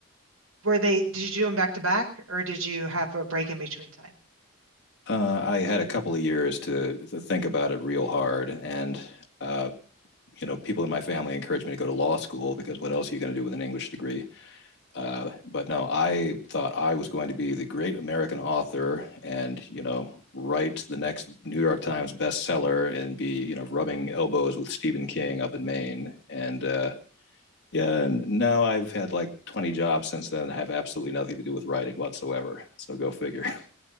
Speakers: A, on the right; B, on the left.
A: were they did you do them back to back or did you have a break in between time?
B: Uh, I had a couple of years to, to think about it real hard. And, uh, you know, people in my family encouraged me to go to law school because what else are you going to do with an English degree? Uh, but no, I thought I was going to be the great American author and, you know, write the next New York Times bestseller and be, you know, rubbing elbows with Stephen King up in Maine. And uh, yeah, and now I've had like 20 jobs since then and have absolutely nothing to do with writing whatsoever. So go figure. <laughs>